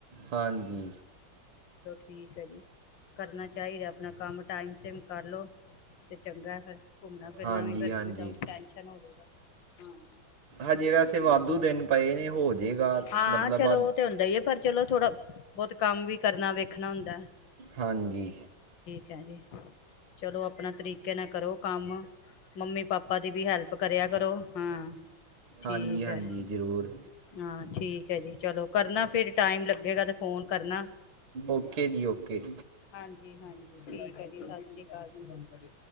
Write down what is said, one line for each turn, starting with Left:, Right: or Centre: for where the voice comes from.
Right: ਹਾਂਜੀ।
Left: ਠੀਕ ਹੈ ਜੀ ਕਰਨਾ ਚਾਹੀਦਾ ਆਪਣਾ ਕੰਮ ਟਾਈਮ ਸੇਮ ਕਰ ਲਉ ਤੇ ਚੰਗਾ ਫਿਰ ਘੁੰਮਣਾ ਫਿਰਨਾ
Right: ਹਾਂਜੀ
Left: ਵੀ ਫ
Right: ਹਾਂਜੀ
Left: ਹੋਗਾ। ਹਾਂ।
Right: ਹਜੇ ਵੈਸੇ ਵਾਧੂ ਦਿਨ ਪਏ ਨੇ ਹੋ। ਜਾਏਗਾ
Left: ਹਾਂ
Right: ਮਤਲਬ
Left: ਚਲੋ ਉਹ ਤੇ ਹੁੰਦਾ ਹੀ ਹੈ ਪਰ ਚਲੋ ਥੋੜਾ ਬਹੁਤ ਕੰਮ ਵੀ ਕਰਨਾ ਵੇਖਣਾ ਹੁੰਦਾ
Right: ਹਾਂਜੀ
Left: ਕਹਿੰਦੇ ਚਲੋ ਆਪਣਾ ਤਰੀਕੇ ਨਾਲ ਕਰੋ ਕੰਮ ਮੰਮੀ ਪਾਪਾ ਦੀ ਵੀ ਹੈਲਪ ਕਰਿਆ ਕਰੋ ਹ ਠੀਕ
Right: ਹਾਂਜੀ ਹਾਂਜੀ
Left: ਹੈ
Right: ਜ਼ਰੂਰ
Left: ਹਾਂ ਠੀਕ ਹੈ ਜੀ ਚਲੋ ਕਰਨਾ ਫਿਰ ਟਾਈਮ ਲਗੇਗਾ ਤੇ ਫੋਨ ਕਰਨਾ,
Right: ਓਕੇ ਜੀ ਓਕੇ
Left: ਹਾਂਜੀ ਹਾਂਜੀ ਠੀਕ ਹੈ ਜੀ ਸਤਿ ਸ੍ਰੀ ਅਕਾਲ।